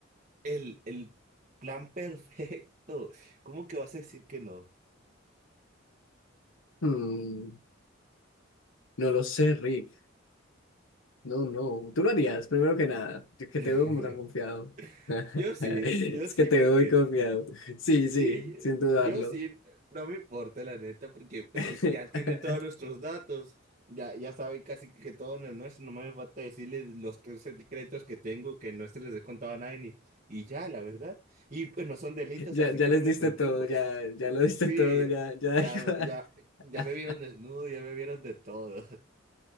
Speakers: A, on the right; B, on the left.
A: el, el plan <laughs> perfecto. ¿Cómo que vas a decir que no?
B: Mm, no lo sé, Rick. No, no. Tú lo harías, primero que nada. Yo que
A: <laughs>
B: te veo como tan confiado. <laughs>
A: Yo sí,
B: Es
A: yo sí,
B: que te
A: porque
B: veo muy confiado. Sí,
A: sí,
B: sí, sin dudarlo.
A: yo sí, no me importa la neta, porque pues,
B: <laughs>
A: sí, ya tienen todos nuestros datos, ya, ya saben casi que todo no nuestro, no me falta decirles los tres secretos que tengo que no se les he contado a nadie, ni- y ya, la verdad, y pues no son delitos,
B: Ya,
A: así que
B: ya les
A: no me
B: diste
A: preocupo.
B: todo, ya, ya lo diste
A: Sí,
B: todo, ya, ya <laughs>
A: ya,
B: da igual.
A: ya, ya
B: <laughs>
A: me vieron desnudo, ya me vieron de todo. <laughs>